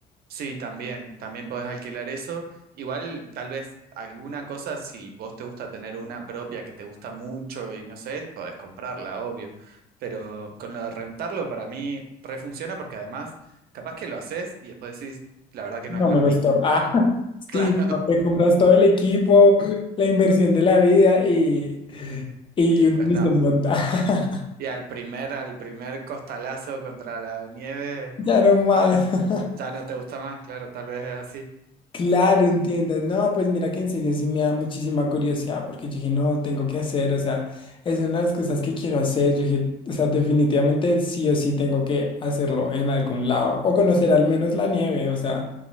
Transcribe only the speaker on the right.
Sí, también, también podés alquilar eso. Igual, tal vez alguna cosa, si vos te gusta tener una propia que te gusta mucho y no sé, podés comprarla, obvio. Pero con lo de rentarlo, para mí refunciona porque además, capaz que lo haces y después decís, la verdad que
no es para
mí.
<laughs>
Claro.
Y después
no.
Y al primer, al primer costalazo contra la nieve,
ya no te gusta más, claro, tal vez es así.